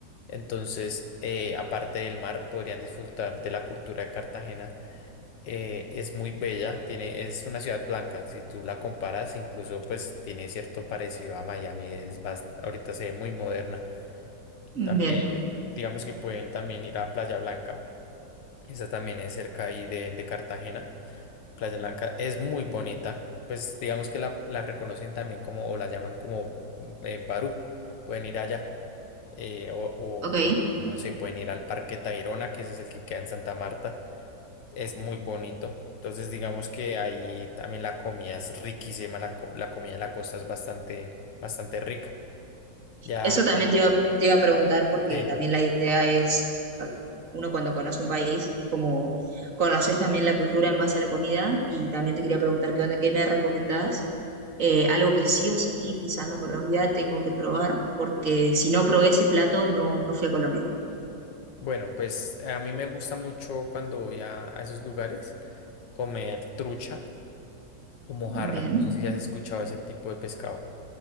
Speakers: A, on the left; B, on the right.
A: Entonces, eh, aparte del mar, podrían disfrutar de la cultura de Cartagena. Eh, es muy bella, tiene, es una ciudad blanca, si tú la comparas, incluso pues tiene cierto parecido a Miami, es bast- ahorita se ve muy moderna.
B: bien.
A: Tam- eh, digamos que pueden también ir a Playa Blanca, esa también es cerca ahí de de Cartagena Playa Blanca es muy bonita. Pues digamos que la, la reconocen también como, o la llaman como mm, eh, Barú. Pueden ir allá. eh, o, o,
B: Ok.
A: pues, no sé, pueden ir al Parque Tayrona, que ese es el que queda en Santa Marta. Es muy bonito. Entonces, digamos que ahí también la comida es riquísima. La, co- la comida de la costa es bastante, bastante rica. Ya,
B: Eso también te iba, te iba a preguntar porque
A: sí.
B: también la idea es, a ver, uno cuando conoce un país es como conoces también la cultura en base a la comida y también te quería preguntar qué onda, qué me recomendás, Eh, algo que sí o sí pisando Colombia tengo que probar porque si no probé ese plato no, no fui a Colombia.
A: Bueno, pues a mí me gusta mucho cuando voy a a esos lugares comer trucha o mojarra.
B: Bien.
A: No sé si has escuchado ese tipo de pescado.